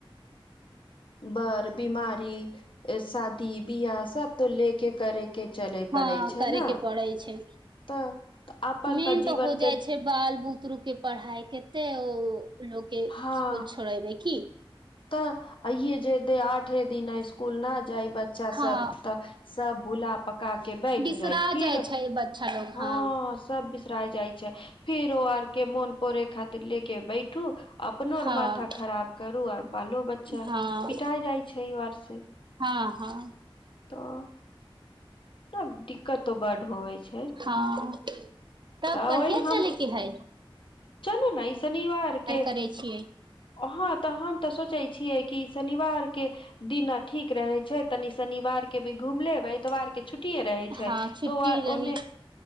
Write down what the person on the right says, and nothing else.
हँ
करे
के पड़ै छै,
मेन
तऽ हो
जाइ छै, बाल बुतरु के पढ़ाई कते ओ लोकके
स्कुल छोड़ेब की?
हँ
बिसरा
छै बच्चा लोग
हँ
हँ
हँ
हँ हँ
हँ तब
कहिया
चलेके हय?
करै छियै
हँ
छुट्टी
रही